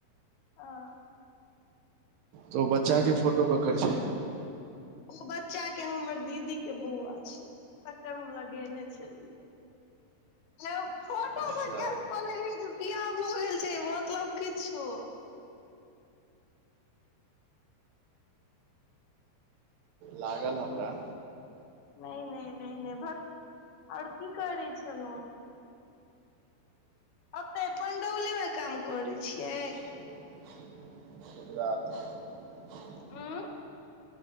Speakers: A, on the left; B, on the right.
A: आँ
B: तऽ ओ बच्चा के फोटो ककर छै?
A: ई बच्चा के हमर दीदी के बौआ छै। तकर हम लगेने छलियै। <inaudible> फोटो
B: अच्छा
A: से गैस कऽ लेलिय जे बियाह भ गेल छै, मतलब किछो।
B: लागल हमरा।
A: नैय - नय - नय -नय भक। आओर की करै छलहुँ? ओते पणडौले में काम करै छियै?
B: <inaudible>
A: अँ